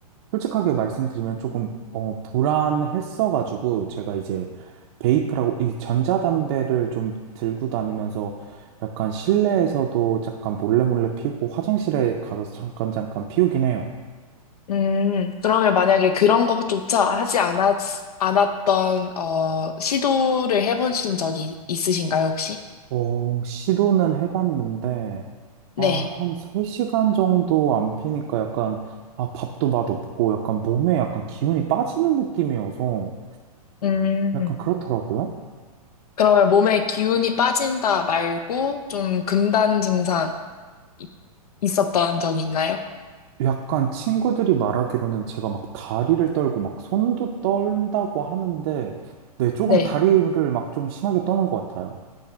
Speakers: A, on the right; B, on the left.
A: 솔직하게 말씀드리면 조금 어, 불안했어가지고 제가 이제 베이프라고 이 전자담배를 좀 들고 다니면서 약간 실내에서도 잠깐 몰래 몰래 피우고 화장실에 가서 잠깐 잠깐 피우긴 해요.
B: 음, 그러면 만약에 그런 것조차 하지 않았, 않았던, 어, 시도를 해보신 적이 있으신가요, 혹시?
A: 어, 시도는 해봤는데,
B: 네.
A: 아, 한 3시간 정도 안 피니까 약간, 아, 밥도 맛없고, 약간 몸에 약간 기운이 빠지는 느낌이어서,
B: 음,
A: 약간 그렇더라고요.
B: 그러면 몸에 기운이 빠진다 말고 좀 금단 증상 이- 있었던 적이 있나요?
A: 약간 친구들이 말하기로는 제가 막 다리를 떨고 막 손도 떨다고 하는데, 네, 조금
B: 네.
A: 다리를 막 좀 심하게 떠는 것 같아요.